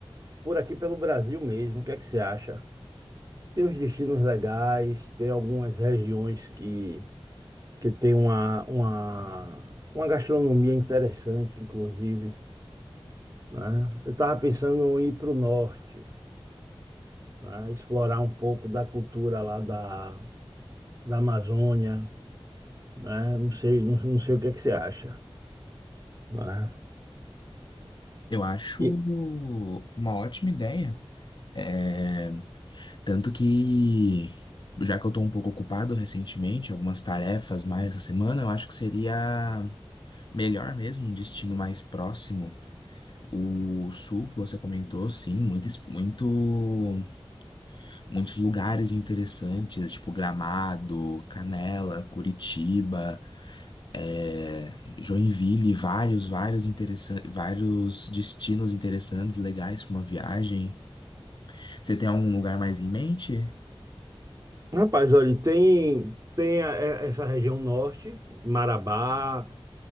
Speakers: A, on the right (about 35°); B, on the left (about 50°).
A: por aqui pelo Brasil mesmo. O que é que você acha? Tem uns destinos legais, tem algumas regiões que, que tem uma, uma, uma gastronomia interessante, inclusive, né? Eu estava pensando em ir para o norte. né? Explorar um pouco da cultura lá da, da Amazônia, né? Não sei, não, não sei o que é que você acha, né?
B: Eu acho
A: E,
B: uma ótima ideia. É, Tanto que, já que eu tô um pouco ocupado recentemente, algumas tarefas mais essa semana, eu acho que seria melhor mesmo, um destino mais próximo. O sul que você comentou, sim, muitos, muito, muitos lugares interessantes, tipo Gramado, Canela, Curitiba, é, Joinville, vários, vários interessantes, vários destinos interessantes, legais para uma viagem. Você tem algum lugar mais em mente?
A: rapaz, olha, tem tem a- é- essa região norte, Marabá,